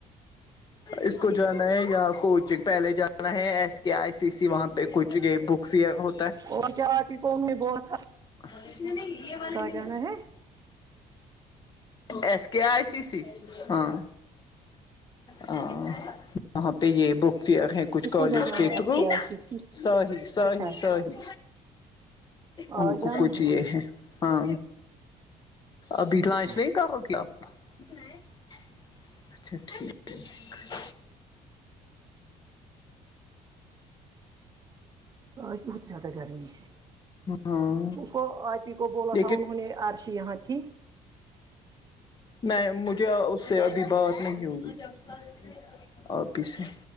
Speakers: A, on the left; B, on the right.
A: اس کو جانا ہے یہاں کوچنگ پہلے جانا ہے ایس کے آئی سی سی وہاں پہ کچھ یہ بک فیئر ہو
B: اور کیا آات کووم نے بول تھا
A: ہرشن نے یہ والالین
B: کہاں جانا ہے
A: ایس کے آئی سی سی ہاں ا وہاں پہ یہ بک بھی کچھ
B: کس
A: کالج
B: کو جانا
A: کے
B: ہے ایس
A: تھرو
B: آئی سی سی
A: ساہی ساہی
B: اچھا اچھا
A: ساہی ان
B: آج جانا
A: کو کچھ یہ ہے ہاں ابھی
B: ٹھیک
A: لانچ
B: ہے
A: نہیں کرو گپ <unintelligible> اچھا ٹھیک ہے <unintelligible>
B: آج بہت زیادہ گرمی ہے <unintelligible>
A: ہاں
B: اس کو آئی پی کو بولا
A: لیکن
B: تھا انہوں نے عرشی یہاں تھی <unintelligible>
A: میں مجھے اس سے ابھی بات نہیں ہوئی <unintelligible> اور پیسھے